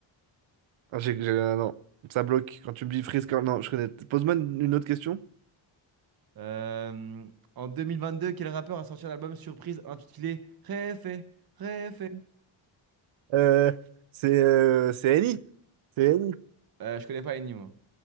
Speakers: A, on the right; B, on the right.
A: Ah, j'ai- j'ai- ah, non, ça bloque quand tu me dis Freeze Non, je connais. Pose-moi une une autre question.
B: Euh, en 2022, quel rappeur a sorti un album surprise intitulé Réfé, Réfé?
A: Euh, c'est euh, c'est Eni. C'est Eni.
B: Euh, je connais pas Ennio, moi.